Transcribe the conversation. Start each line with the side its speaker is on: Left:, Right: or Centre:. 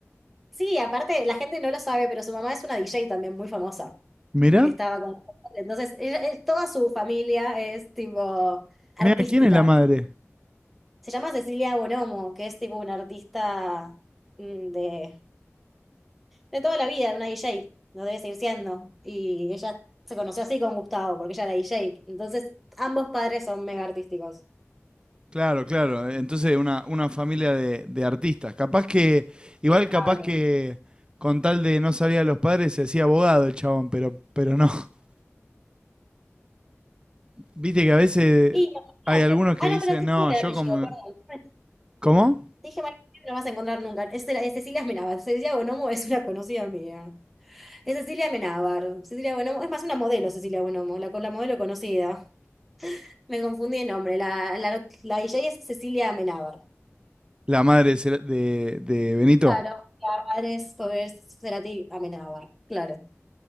Centre: Sí, aparte, la gente no lo sabe, pero su mamá es una DJ también muy famosa,
Right: Mirá,
Centre: que estaba con... Entonces, ella- es- toda su familia es tipo artística.
Right: mirá, ¿quién es la madre?
Centre: Se llama Cecilia Bonomo, que es tipo una artista mm, de de toda la vida, de una D J no debe seguir siendo. Y ella se conoció así con Gustavo, porque ella era D J Entonces, ambos padres son mega artísticos.
Right: Claro, claro. Entonces una, una familia de, de artistas. Capaz que, igual
Centre: Claro.
Right: capaz que con tal de no salir a los padres se hacía abogado el chabón, pero, pero no. <laughs> Viste que a veces
Centre: Y imagínate.
Right: hay algunos que
Centre: Ah,
Right: dicen,
Centre: no, pero te dije
Right: no,
Centre: mal el
Right: yo
Centre: apellido,
Right: como...
Centre: perdón.
Right: ¿Cómo?
Centre: Te dije mal el apellido, no lo vas a encontrar nunca. Es, Cel- es Cecilia Amenábar. Cecilia Bonomo es una conocida mía. Es Cecilia Amenábar. Cecilia Bonomo, es más una modelo, Cecilia Bonomo, la, con la modelo conocida. Me confundí el nombre. La, la, la DJ es Cecilia Amenábar.
Right: La madre de, Sera- de- de Benito.
Centre: Claro, La madre es Foguer Cerati Amenábar, claro.